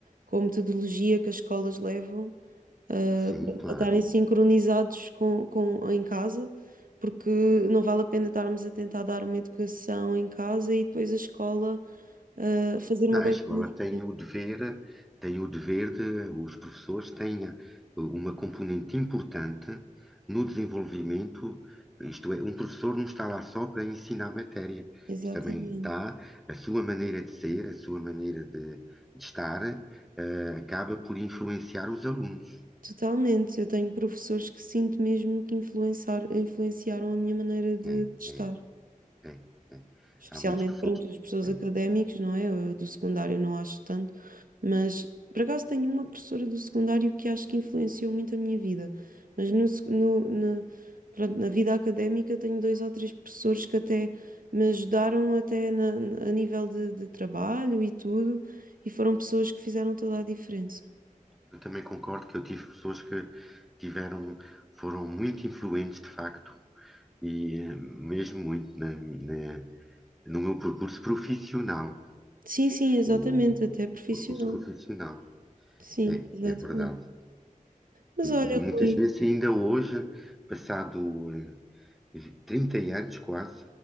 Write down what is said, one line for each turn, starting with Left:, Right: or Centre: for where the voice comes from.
Right: com a metodologia que as escolas levam
Centre: Sim,
Right: para
Centre: claro.
Right: estarem sincronizados com, com, em casa, porque não vale a pena estarmos a tentar dar uma educação em casa e depois a escola ah, fazer uma
Centre: Ah,
Right: coisa.
Centre: A escola
Right: diferente.
Centre: tem o dever, tem o dever de os professores tenha uma componente importante no desenvolvimento. Isto é, um professor não está lá só para ensinar matéria.
Right: Exatamente.
Centre: Também está a sua maneira de ser, a sua maneira de, de estar, eh, acaba por influenciar os alunos.
Right: Totalmente. Eu tenho professores que sinto mesmo que influenciar, influenciaram a minha maneira de
Centre: É,
Right: de estar.
Centre: é. É, é.
Right: Especialmente,
Centre: Há muitas pessoas.
Right: pronto, as pessoas
Centre: que- é.
Right: académicas, não é? Eu do secundário não acho tanto, mas por acaso tenho uma professora do secundário que acho que influenciou muito a minha vida. Mas no, sec- no- na, pronto, na vida académica tenho dois ou três professores que até me ajudaram até na- na- a nível de, de trabalho e tudo, e foram pessoas que fizeram toda a diferença.
Centre: Eu também concordo que eu tive pessoas que tiveram, foram muito influentes de facto, e eh, mesmo muito na, na- no meu percurso profissional.
Right: Sim, sim, exatamente,
Centre: O
Right: até profissional.
Centre: percurso profissional,
Right: Sim,
Centre: é,
Right: exatamente.
Centre: é verdade.
Right: Mas
Centre: E
Right: olha,
Centre: muitas
Right: Rui,
Centre: vezes, ainda hoje, passado eh, 30 anos quase,